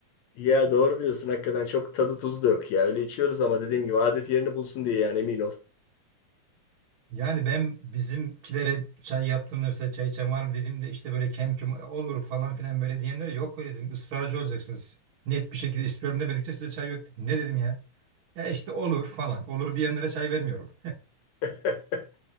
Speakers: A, on the left; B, on the right.
A: Ya doğru diyorsun hakikaten çok tadı tuzu da yok ya. Öyle içiyoruz ama dediğim gibi adet yerini bulsun diye yani emin ol.
B: Yani ben bizimkilere çay yaptığımda mesela çay içen var mı dediğimde işte böyle kem küm olur falan filan böyle diyenlere yok öyle dedim. Israrcı olacaksınız. Net bir şekilde istiyorum demedikçe size çay yok dedim. Ne dedim ya? Ya işte olur falan. Olur diyenlere çay vermiyorum.
A: <laughs>